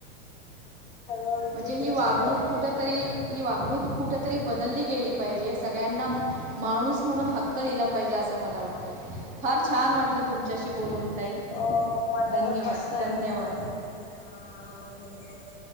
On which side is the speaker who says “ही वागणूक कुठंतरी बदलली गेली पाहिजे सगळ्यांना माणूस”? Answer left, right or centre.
Right